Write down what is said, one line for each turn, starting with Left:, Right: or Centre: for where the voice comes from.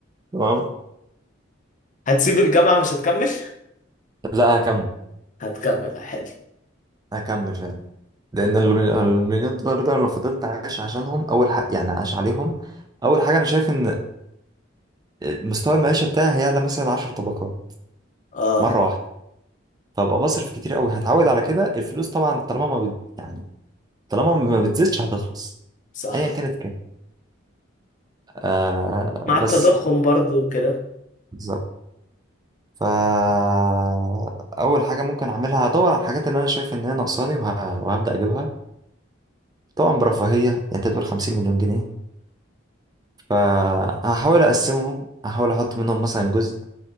Right: تمام
Left: هتسيب الجامعه مش هتكمل
Right: لا هكمل
Left: هتكمل حلو
Right: هكمل فعلا لأن المل- المليون دولار ده أنا لو فضلت عايش عشانهم أول حاجة يعني عايش عليهم أول حاجة أنا شايف إن مستوى المعيشة بتاعي هيعلى مثلا عشر طبقات
Left: اه
Right: مرة واحدة فأبقى بصرف كتير أوي هتعود على كده الفلوس طبعا طالما ما بت... يعني طالما ما بتزيدش هتخلص
Left: صح
Right: أيا كانت كام آه
Left: مع التضخم
Right: بس
Left: برضو وكده
Right: بالظبط فأول حاجة ممكن أعملها هدور على الحاجات اللي أنا شايف إن هي ناقصاني وه... وهبدأ أجيبها طبعا برفاهية يعني أنت تقول 50 مليون جنيه فهحاول أقسمهم هحاول أحط منهم مثلا جزء